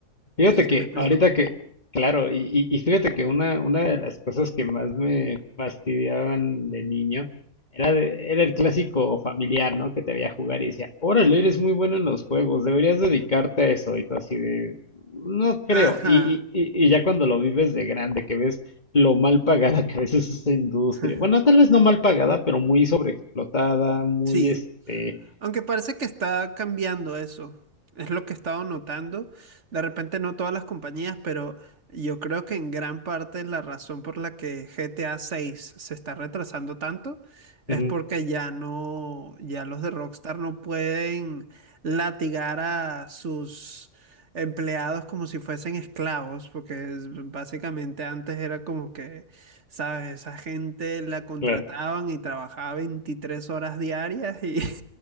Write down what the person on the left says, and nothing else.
Fíjate
que
ahorita que, claro, y, y, y fíjate que una, una de las cosas que más me fastidiaban de niño era, de- era el clásico familiar, ¿no? Que te veía jugar y decía, órale, eres muy bueno en los juegos, deberías dedicarte a eso. Y tú así de, no creo.
Y, y, y y ya cuando lo vives de grande, que ves lo mal pagada que a veces es esa industria.
Bueno, tal vez no mal pagada, pero muy sobreexplotada, muy
este.
Ujú.
Claro.